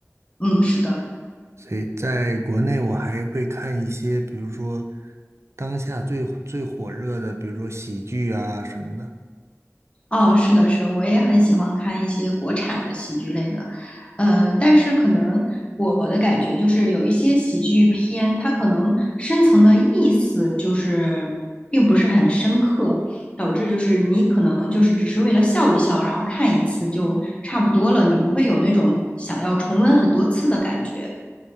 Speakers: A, on the left; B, on the right.
A: 嗯，是的。
B: 所以在国内，我还会看一些，比如说当下最最火热的，比如说喜剧啊什么的。
A: 哦，是的，是的，我也很喜欢看一些国产的喜剧类的，呃，但是可能我的感觉就是有一些喜剧片，它可能深层的意思就是并不是很深刻，导致就是你可能就是只是为了笑一笑，然后看一次就差不多了，你不会有那种想要重温很多次的感觉。